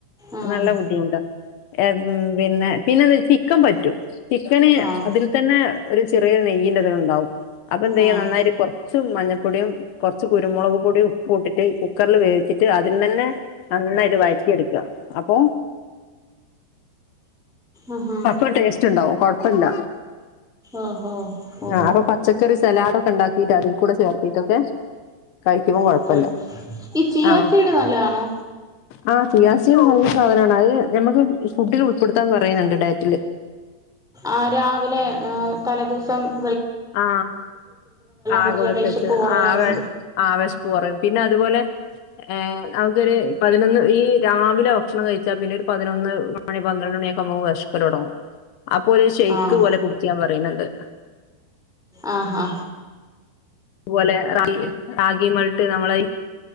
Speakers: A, in the centre; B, on the left (about 75°).
A: ആഹ്
B: നല്ല ബുദ്ധി ണ്ടാ <unintelligible> പിന്നെ പിന്നെ ന്താ ചിക്കൻ പറ്റും ചിക്കന്
A: ആഹ്
B: അതിൽ തന്നെ ഒരു ചെറിയ നെയ്യീന്റെ തിലുണ്ടാവും അപ്പൊ എന്തെയ്യ
A: ആഹ്
B: നന്നായിട്ട് കൊ ച്ചും മഞ്ഞപ്പൊടിയും കുറച്ച് കുരുമുളക് പൊടിയും ഉപ്പും ഇട്ട് കുക്കറിൽ വേവിച് ട്ട് അതിൽ തന്നെ നന്നായിട്ട് വഴറ്റിയെടുക്കുക അപ്പോ
A: ആഹാ
B: അപ്പ ടേസ്റ്റ് ഉണ്ടാവും കൊഴപ്പല്ല
A: ഓഹോ ഓ
B: ആ അപ്പൊ പച്ചക്കറി സലാടൊക്കെ ണ്ടാക്കിട്ട് അതിൽ കൂടെ ചേർത്തിട്ടൊക്കെ കഴിക്കുമ്പോം കൊഴപ്പല്ല
A: ഓക്കെ ഈ ചിയാസീഡ്
B: ആ
A: നല്ലആണോ
B: ആ ചിയാസീഡ് നല്ല സാധനാണ് അഹ് ഞമുക്ക് ഫുഡിൽ ഉൾപ്പെടുത്താൻ പറയുന്നുണ്ട് ഡയറ്റ്
A: ആ രാവിലെ തലേദിവസം സം
B: ആ ആ
A: കുടിച്ചാ
B: കുതിർത്തു
A: വെശപ്പ്
B: വച്ച്
A: കൊറയാന്ന്
B: ആ ആ വിശപ്പ് കുറയും പിന്നെ അതുപോലെ എ അതൊരു പതിനൊന്ന് ഈ രാവിലെ ഭക്ഷണം കഴിച്ചാ പിന്നെ ഒരു പതിനൊന്ന് മണി പന്ത്രണ്ട് മണിയൊക്കെയാകുമ്പോ നമുക്ക് വെഷ് ശ്ക്കലൊടങ്ങും അപ്പോല് ഒരു ഷെയ്ക്ക്
A: ആഹ്
B: പോലെ കുടിക്കാൻ പറയുന്നുണ്ട്.
A: ആ ഹാ
B: അതുപോലെ റ റാഗി മൾ ട്ട് നമ്മളെയ്